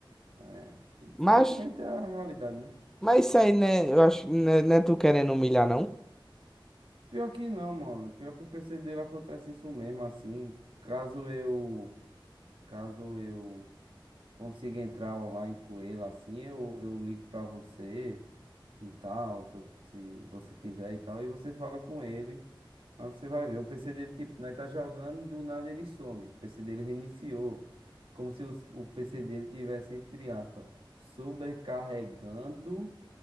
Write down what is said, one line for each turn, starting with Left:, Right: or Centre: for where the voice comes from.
Right: É, infelizmente
Centre: Mas,
Right: é a realidade, né?
Centre: mas isso aí, né? Eu acho, né, não é tu querendo humilhar, não.
Right: Pior que não, mano. Pior que o PC dele acontece isso mesmo, assim. Caso eu, caso eu consiga entrar online com ele, assim, eu, eu ligo pra você e tal, se, eu- se você quiser e tal, e você fala com ele. Mas você vai ver, o PC dele, tipo, nós tá jogando e do nada ele some. O PC dele reiniciou. Como se o, o PC dele tivesse, entre aspas, sobrecarregando